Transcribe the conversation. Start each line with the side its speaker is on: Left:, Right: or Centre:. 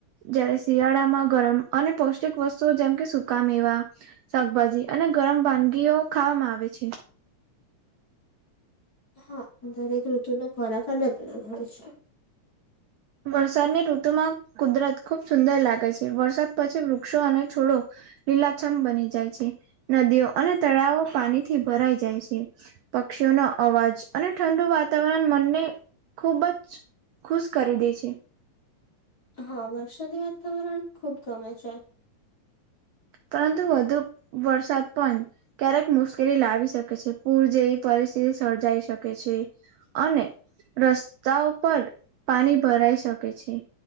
Right: જયારે શિયાળામાં ગરમ અને પૌષ્ટિક વસ્તુઓ જેમકે સુકા મેવા શાકભાજી અને ગરમ વાનગીઓ ખાવામાં આવે છે
Left: હા દરેક ઋતુનો ખોરાક અલગ અલગ હોય છે
Right: વરસાદની ઋતુમાં કુદરત ખુબ સુંદર લાગે છે વરસાદ પછી વૃક્ષો અને છોડો લીલાછમ બની જાય છે નદીઓ અને તળાવો પાણીથી ભરાઈ જાય છે. પક્ષીઓનો અવાજ અને ઠંડુ વાતાવરણ મનેખુબ જ ખુશ કરી દે છે
Left: હા વર્ષોદી વાતાવરણ ખુબ ગમે છે
Right: પરંતુ વધુ વરસાદ પણ ક્યારેક મુશ્કેલી લાવી શકે છે, પૂર જેવી પરિસ્થિતિ સર્જાઈ શકે છે. અને રસ્તાઓ પર પાણી ભરાઈ શકે છે.